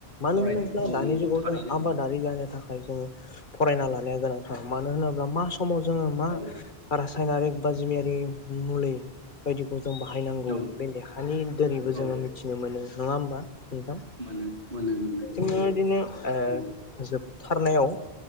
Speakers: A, on the left (about 50°); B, on the right (about 60°).
A: मानो
B: फरायदों
A: होनोब्ला
B: औ
A: दानि
B: नंगौ
A: जुगाव
B: थारैनो
A: जों आबादारि जानो थाखा खाय जोङो फरायना लानाया गोनांथार मा स समाव जोङो मा
B: औ
A: रासायनारिक बा जिमियारि मुलि बायदिखौ जों बाहायनांगौ।
B: औ
A: बे लेहानि दोनैबो जोङो
B: औ
A: मिथिनो मोनो नङा होमबा? <unintelligible> ओ
B: मोनो मोनो मोनो
A: <unintelligible>
B: औ नंगौ
A: थारनायाव